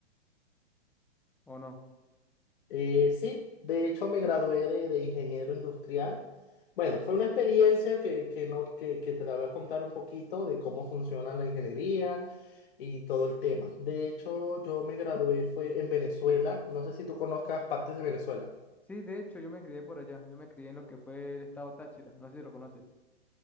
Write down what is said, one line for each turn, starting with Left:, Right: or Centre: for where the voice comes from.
Centre: ¿O no?
Left: Eh, sí, de hecho me gradué de, de ingeniero industrial. Bueno, fue una experiencia que, que, no, que, que te la voy a contar un poquito de cómo funciona la ingeniería y todo el tema. De hecho, yo me gradué fue en Venezuela. No sé si tú conozcas partes de Venezuela.
Centre: Sí, de hecho, yo me crié por allá. Yo me crié en lo que fue el estado Táchira. No sé si lo conoces.